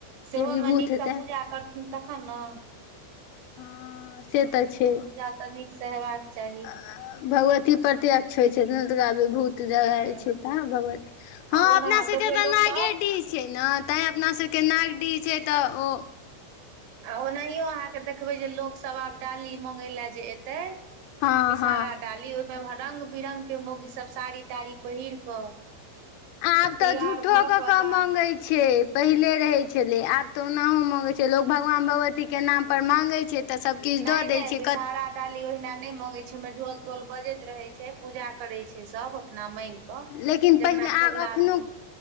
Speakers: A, on the right (about 85°); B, on the left (about 85°).
A: सेहोमे
B: विभूत
A: नीकसँ
B: हेतै
A: पूजा करथिन तखन ने
B: ह से तऽ
A: ओहिमे
B: छै
A: पूजा तऽ नीक से हेबाक चाही
B: आ भगवती पर एतेक अच्छ होइ छै ने विभूत <inaudible> <unintelligible> तंय
A: हूँ
B: छै भगवती ह
A: आब ओना
B: अपना
A: आब
B: सबके
A: देखबै
B: तऽ
A: लोक
B: नागेडिह
A: सब
B: छै ने तै अपना सबके नागडीह छैय तऽ ओ
A: आ ओनाहियो अहाँके देखबै जे लोकसभ आब डाली मगय लए जे एतै
B: हँ
A: बिषहारा
B: हँ
A: डाली ओहिमे रंग बिरंग के मोगी सब साड़ी ताड़ी पहिर कऽ
B: आब तऽ
A: तैयार
B: झूठो
A: भऽ
B: क
A: कऽ
B: क
A: तहन
B: मंगै छेय पहिले रहै छले आब तऽ ओनाहू माँंगे छल लोक भगवान भगवतीके नामपर माँगै छै तऽ सभकिछ
A: नहि
B: दऽ दै
A: नहि
B: छै
A: विषहारा
B: क
A: डाली ओहिना नै मंगे छै ओहिमे ढोल टोल बजैत रहे छै पूजा करै छै सब इतना मैंग कऽ
B: लेकिन
A: जकरा
B: पहिले
A: कबुला
B: आब एखनो
A: रह